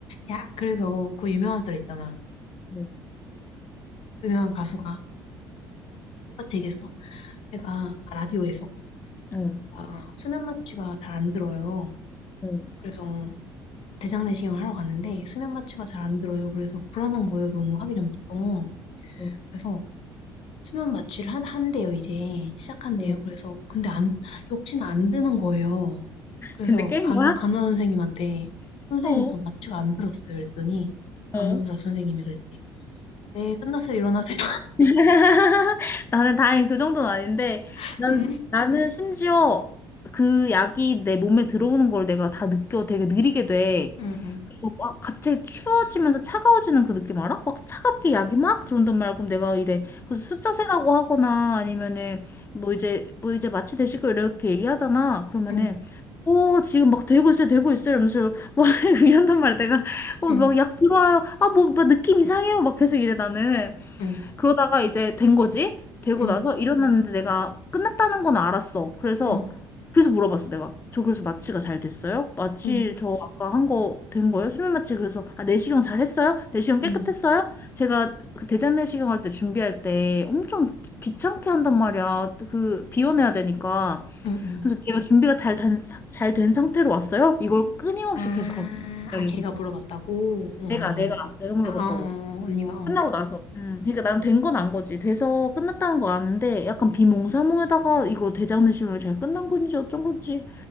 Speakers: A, on the left; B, on the left.
A: 야, 그래서 그 유명한 썰 있잖아.
B: 뭐,
A: 유명한 가수가 똑같이 얘기했어. 제가 라디오에서
B: 응,
A: 아, 수면 마취가 잘 안 들어요.
B: 응,
A: 그래서 대장내시경을 하러 갔는데 수면 마취가 잘 안 들어요. 그래서 불안한 거예요. 너무 하기 전부터.
B: 응.
A: 그래서 수면 마취를 한, 한대요, 이제. 시작한대요.
B: 응.
A: 그래서 근데 안, 역시나 안 드는 거예요. 그래서
B: 근데 깬
A: 간,
B: 거야?
A: 간호 선생님한테 선생님
B: 어.
A: 저 마취가 안 들었어요. 그랬더니
B: 어.
A: 간호사 선생님이 그랬대. 네, 끝났어요. 일어나세요.
B: <laughs> 나는 다행히 그 정도는 아닌데,
A: <laughs>
B: 난,
A: 응,
B: 나는 심지어 그 약이 내 몸에 들어오는 걸 내가 다 느껴 되게 느리게 돼.
A: 응, 응,
B: 그거 막 갑자기 추워지면서 차가워지는 그 느낌 알아? 막 차갑게 약이 막 들어온단 말이야. 그럼 내가 이래 그래서 숫자 세라고 하거나 아니면은 뭐 이제 뭐 이제 마취 되시고 이렇게 얘기하잖아. 그러면은
A: 응,
B: 오 지금 막 되고 있어요 되고 있어요 이러면서 막 <laughs> 이런단 말이야. 내가 어
A: 응,
B: 막 약 들어와요. 아 뭐 막 느낌 이상해요. 막 계속 이래 나는.
A: 응,
B: 그러다가 이제 된 거지? 되고
A: 응,
B: 나서
A: 응,
B: 일어났는데 내가 끝났다는 건 알았어. 그래서
A: 응,
B: 그래서 물어봤어 내가. 저 그래서 마취가 잘 됐어요? 마취
A: 응, 응,
B: 저 아까 한 거 된 거예요? 수면 마취 그래서 아 내시경 잘 했어요? 내시경 깨끗했어요?
A: 응,
B: 제가 그 대장 내시경 할 때 준비할 때 엄청 귀찮게 한단 말이야. 그 비워내야 되니까.
A: 응, 응.
B: 그래서 제가 준비가 잘된잘된 상태로 왔어요? 이걸 끊임없이
A: 아,
B: 계속 하고 그래서
A: 아 걔가 물어봤다고? 응. 응.
B: 내가 내가 내가 물어봤다고.
A: 아, 어, 어, 언니가, 어.
B: 끝나고 나서. 음, 그러니까 난 된 건 안 거지. 돼서 끝났다는 거 아는데 약간 비몽사몽에다가 이거 대장내시경이 잘 끝난 건지 어쩐 건지.